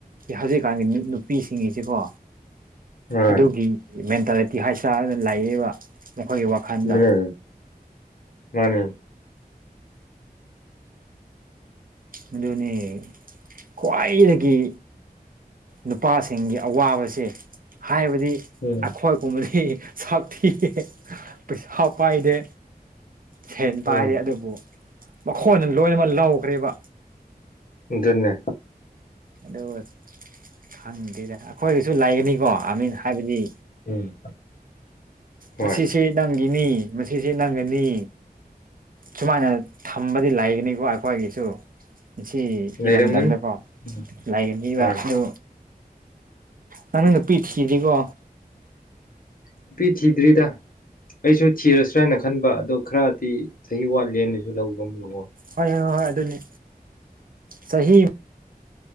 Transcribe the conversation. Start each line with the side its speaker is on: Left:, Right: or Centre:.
Right: ꯍꯧꯖꯤꯛꯀꯥꯟꯒꯤ ꯅꯨꯄꯤꯁꯤꯡꯒꯤꯁꯤꯀꯣ
Left: ꯍꯣꯏ
Right: ꯑꯗꯨꯒꯤ ꯃꯦꯟꯇꯥꯂꯤꯇꯤ ꯍꯥꯏꯁꯅ ꯂꯥꯛꯑꯕ ꯃꯈꯣꯏꯒꯤ ꯋꯥꯈꯜꯗ
Left: ꯑꯗꯨꯅꯦ ꯃꯥꯅꯦ
Right: ꯑꯗꯨꯅꯤ ꯈ꯭ꯋꯥꯏꯗꯒꯤ ꯅꯨꯄꯥꯁꯤꯡꯒꯤ ꯑꯋꯥꯕꯁꯦ ꯍꯥꯏꯕꯗꯤ
Left: ꯎꯝ
Right: ꯑꯩꯈꯣꯏ ꯄꯨꯝꯕꯗꯤ ꯁꯛ ꯊꯤ ꯄꯩꯁꯥ ꯄꯥꯏꯗꯦ ꯁꯦꯟ ꯄꯥꯏꯔ
Left: ꯎꯝ
Right: ꯑꯗꯨꯕꯨ ꯃꯈꯣꯏꯅ ꯂꯣꯏꯅꯃꯛ ꯂꯧꯈ꯭ꯔꯦꯕ
Left: ꯑꯗꯨꯟꯅꯦ
Right: ꯑꯗꯨꯒ ꯈꯪꯗꯦꯗ ꯑꯩꯈꯣꯏꯗꯁꯨ ꯂꯩꯒꯅꯤꯀꯣ ꯑꯥꯔꯃꯤꯟ ꯍꯥꯏꯕꯗꯤ
Left: ꯎꯝ ꯍꯣꯏ
Right: ꯃꯁꯤꯁꯦ ꯅꯪꯒꯤꯅꯤ ꯃꯁꯤꯁꯦ ꯅꯪꯒꯅꯤ ꯁꯨꯃꯥꯏꯅ ꯊꯝꯕꯗꯤ ꯂꯩꯒꯅꯤꯀꯣ ꯑꯩꯈꯣꯏꯒꯤꯁꯨ ꯉ
Left: ꯂꯩꯔꯝꯒꯅꯤ
Right: ꯏꯔꯝꯗꯝꯗꯀꯣ
Left: ꯎꯝ
Right: ꯂꯥꯏꯒ ꯄꯕ
Left: ꯍꯣꯏ
Right: ꯑꯗꯨ ꯅꯪ ꯅꯨꯄꯤ ꯗꯤꯀꯣ
Left: ꯅꯨ ꯄꯤ ꯊꯤꯗ꯭ꯔꯤꯗ ꯑꯩꯁꯨ ꯊꯤꯔꯁ꯭ꯔꯥ ꯍꯥꯏꯅ ꯈꯟꯕ ꯑꯗꯣ ꯈꯔꯗꯤ ꯆꯍꯤ ꯋꯥꯠꯂꯦꯅꯁꯨ ꯂꯧꯕ ꯑꯃ ꯂꯛꯑꯣ
Right: ꯍꯣꯏ ꯍꯣꯏ ꯍꯣꯏ ꯍꯣꯏ ꯑꯗꯨꯅꯤ ꯆꯍꯤ